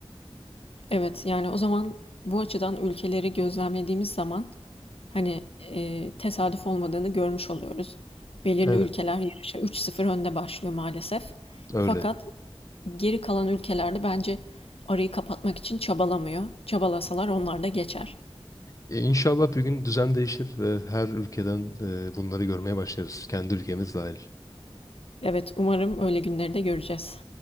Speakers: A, on the left; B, on the left.
A: Evet yani o zaman bu açıdan ülkeleri gözlemlediğimiz zaman hani e, tesadüf olmadığını görmüş oluyoruz. Belirli
B: Evet
A: ülkeler yarışa 3-0 önde başlıyor maalesef.
B: öyle.
A: Fakat geri kalan ülkelerde bence arayı kapatmak için çabalamıyor. Çabalasalar onlar da geçer.
B: E, İnşallah bir gün düzen değişir ve her ülkeden e, bunları görmeye başlarız. Kendi ülkemiz dahil.
A: Evet umarım öyle günleri de göreceğiz.